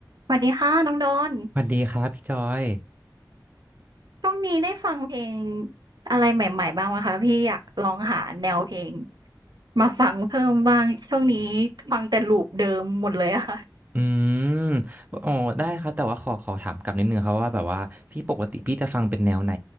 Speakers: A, on the right (about 70°); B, on the right (about 20°).
A: สวัสดีค่ะน้องดอน
B: สวัสดีครับพี่จอย
A: ช่วงนี้ได้ฟังเพลงอะไรใหม่ๆบ้างไหมคะพี่อยากลองหาแนวเพลงมาฟังเพิ่มบ้างช่วงนี้ฟังแต่ลูปเดิมหมดเลยอะค่ะ
B: อืมอ๋อได้ครับแต่ว่าขอขอถามกลับนิดนึงครับว่าแบบว่าพี่ปกติพี่จะฟังเป็นแนวไหน